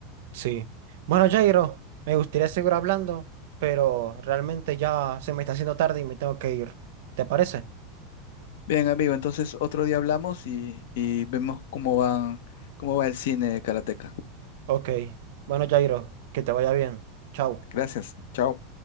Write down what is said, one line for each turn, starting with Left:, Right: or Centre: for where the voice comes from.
Right: Sí. Bueno, Jairo, me gustaría seguir hablando, pero realmente ya se me está haciendo tarde y me tengo que ir. ¿Te parece?
Left: Bien, amigo, entonces otro día hablamos y, y vemos cómo van, cómo va el cine de Karateka.
Right: Ok. Bueno, Jairo, que te vaya bien. Chao.
Left: Gracias, chao.